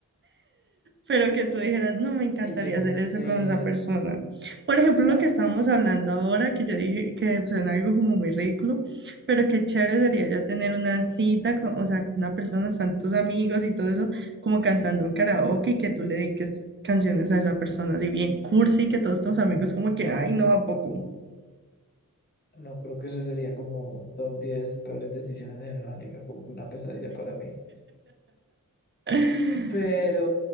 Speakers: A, on the right; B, on the left.
A: Pero que tú dijeras, no, me encantaría
B: Ay, Yo no
A: hacer
B: sé.
A: eso con esa persona. Por ejemplo, lo
B: Ah,
A: que estábamos hablando ahora, que yo dije que suena algo como muy ridículo, pero qué chévere sería ya tener una cita, con, o sea, con una persona, están tus amigos y todo eso, como cantando un karaoke y que tú le dediques canciones a esa persona, así bien cursi, que todos tus
B: mm,
A: amigos como que, ay, no, ¿a poco?
B: no, creo que eso sería como top 10 peores decisiones en el anime, como que una pesadilla para mí.
A: <laughs>
B: Pero